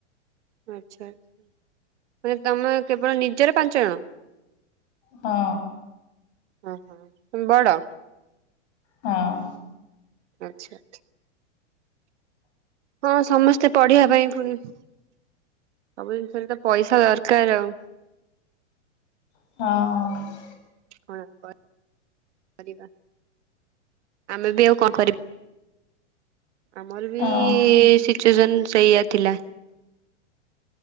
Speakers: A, on the right; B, on the left.
A: ଆଚ୍ଛା ମାନେ ତମେ କେବଳ ନିଜର ପାଞ୍ଚ ଜଣ।
B: ହଁ।
A: ଅ ହଁ ‌ତମେ ବଡ।
B: ହଁ।
A: ଆଚ୍ଛା। ହଁ ସମସ୍ତେ ପଢିବା ପାଇଁ ପୁଣି ସବୁ ଜିନିଷରେ ତ ପଇସା ଦରକାର ଆଉ।
B: ହଁ।
A: କଣ ଆଉ କରିବା ଆମେ ବି ଆଉ କଣ କରିବା। ଆମର ବି
B: ହଁ
A: ସିଚୁଏସନ ସେଇଆ ଥିଲା।